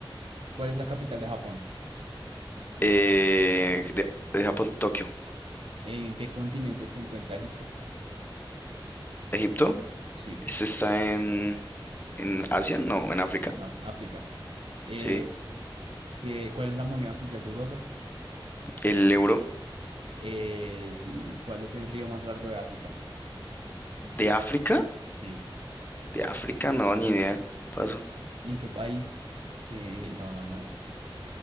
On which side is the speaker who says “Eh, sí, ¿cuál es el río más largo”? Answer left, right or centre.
Right